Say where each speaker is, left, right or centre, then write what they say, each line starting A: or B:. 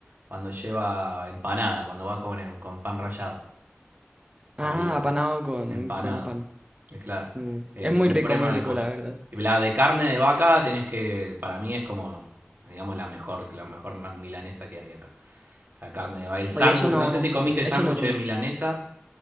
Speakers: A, on the right (about 40°); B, on the right (about 20°).
A: cuando lleva empanada, cuando va con, em- con pan rallado
B: Ah,
A: arriba,
B: apanado
A: es
B: con,
A: empanado,
B: con pan.
A: es claro.
B: Mm.
A: Eh,
B: Es muy
A: suprema
B: rico, muy rico,
A: de pollo.
B: la verdad.
A: Y la de carne de vaca tenés que para mí es como digamos la mejor, la mejor ma- milanesa que hay acá. La carne de vaca, el sándwich,
B: Oye, eso no,
A: no sé si comiste sándwich
B: eso no comí.
A: de milanesa.